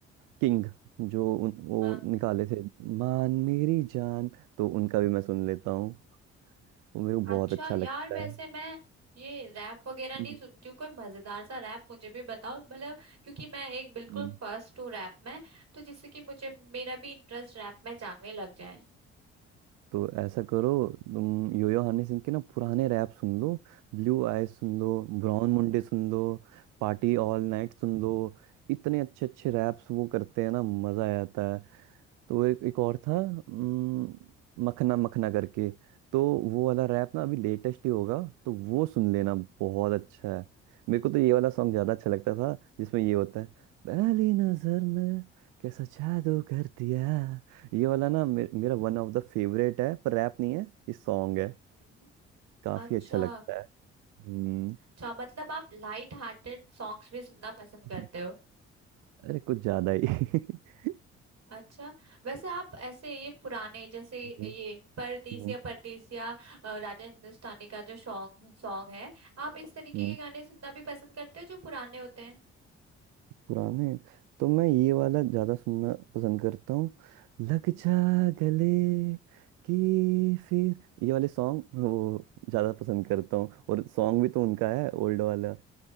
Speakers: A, on the right; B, on the right.
A: किंग जो उन, वो
B: हाँ
A: निकाले थे मान मेरी जान तो उनका भी मैं सुन लेता हूँ वो मेरे को
B: अच्छा
A: बहुत अच्छा
B: यार
A: लगता
B: वैसे
A: है
B: मैं ये रैप वगैरह
A: हम्म।
B: नहीं सुनती हूँ कोई मजेदार सा रैप मुझे भी बताओ मतलब क्योंकि मैं एक बिल्कुल
A: हम्म।
B: फर्स्ट हूँ रैप में तो जिससे कि मुझे मेरा भी इंटरेस्ट रैप में जागने लग जाए
A: तो ऐसा करो तुम योयो हनी सिंह के ना पुराने रैप सुन लो ब्लू आईज सुन
B: हम्म
A: लो ब्राउन मुंडे सुन लो पार्टी ऑल नाइट सुन लो इतने अच्छे अच्छे रैप्स वो करते हैं ना मजा आ जाता है। तो एक एक और था अम, मखना मखना करके तो वो वाला रैप ना अभी लेटेस्ट ही होगा तो वो सुन लेना बहुत अच्छा है मेरे को तो ये वाला सॉन्ग ज्यादा अच्छा लगता था जिसमें ये होता है पहली नजर में कैसा जादू कर दिया ये वाला ना मे, मेरा वन ऑफ द फेवरेट है पर रैप नहीं है ये सॉन्ग है
B: हम्म।
A: काफी
B: अच्छा
A: अच्छा लगता है हम्म
B: अच्छा मतलब आप लाइट हार्टेड सॉन्ग्स भी सुनना पसंद
A: <laughs>
B: करते हो
A: अरे कुछ ज्यादा ही <laughs>
B: अच्छा वैसे आप ऐसे ये पुराने जैसे
A: हम्म,
B: ये परदेसिया
A: हम्म,
B: परदेसिया अ, राजा हिंदुस्तानी का जो सॉन्ग सॉन्ग है आप इस तरीके
A: हम्म,
B: के गाने सुनना भी पसंद करते हो जो पुराने होते हैं
A: पुराने तो मैं ये वाला ज्यादा सुनना पसंद करता हूँ लग जा गले कि फिर ये वाले सॉन्ग वो ज्यादा पसंद करता हूँ और सॉन्ग भी तो उनका है ओल्ड वाला